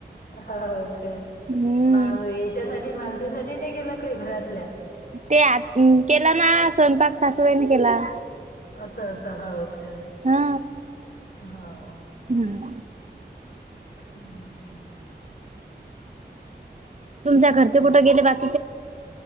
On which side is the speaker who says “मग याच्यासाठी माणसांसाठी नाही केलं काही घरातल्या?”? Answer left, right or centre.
Left